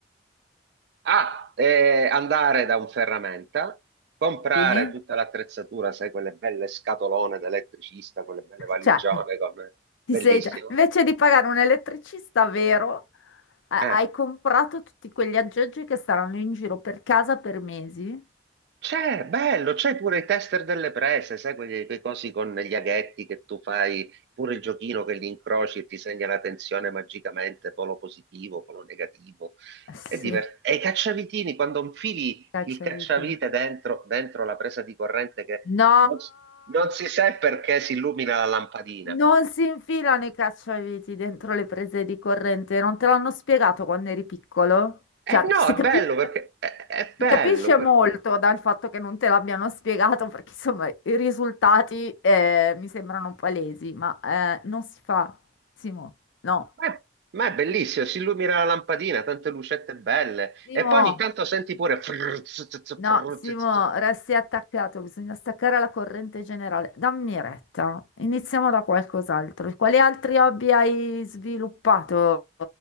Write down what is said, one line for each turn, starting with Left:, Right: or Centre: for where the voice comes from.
Right: Ah, eh, andare da un ferramenta, comprare
Left: Sì?
Right: tutta
Left: <laughs>
Right: l'attrezzatura, sai, quelle belle scatolone da elettricista, quelle belle valigione,
Left: Cioè,
Right: con... bellissimo.
Left: ti sei già... Invece di pagare un elettricista vero, ha-
Right: Eh.
Left: hai comprato tutti quegli aggeggi che staranno in giro per casa per mesi?
Right: C'è, bello, c'è pure i tester delle prese, sai, quei, quei cosi con gli aghetti che tu fai, pure il giochino che li incroci e ti segna la tensione magicamente, polo positivo, polo negativo.
Left: Sì,
Right: È diver- E i cacciavitini, quando infili
Left: cacciaviti.
Right: il cacciavite dentro, dentro la presa di corrente che
Left: No,
Right: non, s- non si sa perché si illumina la lampadina.
Left: non si infilano i cacciaviti dentro le prese di corrente. Non te l'hanno spiegato quando eri piccolo?
Right: Eh
Left: Cioè,
Right: no,
Left: si
Right: è
Left: capisce,
Right: bello perché è, è bello,
Left: si capisce molto dal fatto che non te l'abbiano spiegato, perché insomma i risultati eh, mi sembrano palesi, ma eh, non si fa. Simo, no.
Right: Ma è, ma è bellissimo, si illumina la lampadina, tante lucette belle.
Left: Simo.
Right: E poi ogni tanto senti pure... frrr, zzz, zzz,
Left: No,
Right: frrr,
Left: Simo,
Right: zzz, zzz.
Left: resti attaccato, bisogna staccare la corrente generale. Dammi retta, iniziamo da qualcos'altro. Quali altri hobby hai sviluppato